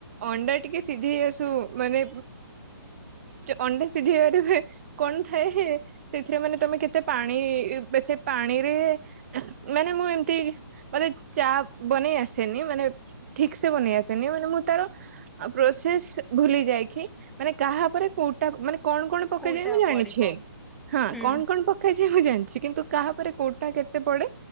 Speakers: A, on the right; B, in the centre.
A: ଅଣ୍ଡା ଟିକେ। ସିଝେଇ ଆସୁ ମାନେ ଅଣ୍ଡା ସିଧିଇବାରେ ହୁଏ। କଣ ଥାଏ ସେଥିରେ ମାନେ ତମେ କେତେ ପାଣି ବେସି ପାଣିରେ। ମାନେ ମୁଁ ଏମତି ମତେ ଚା ବନେଇ ଆସେନି ମାନେ। ଠିକ ସେ ବନେଇ ଆସେନି ମାନେ ମୁଁ ତାର। ପ୍ରସେସ ଭୁଲି ଯାଇଛି ମାନେ କାହା ଉପରେ। କଉଟା ମାନେ କଣ କଣ ପକେଇ
B: କୋଉଟା
A: ଯାଇଏ ମୁଁ ଜାଣିଛି
B: ପଡିବ
A: ହଁ
B: ହୁଁ
A: କଣ କଣ ପକ ଯାଏ ମୁଁ ଜାଣିଛି କିନ୍ତୁ କାହାପରେ କୋଉଟା କେତେ ପଡେ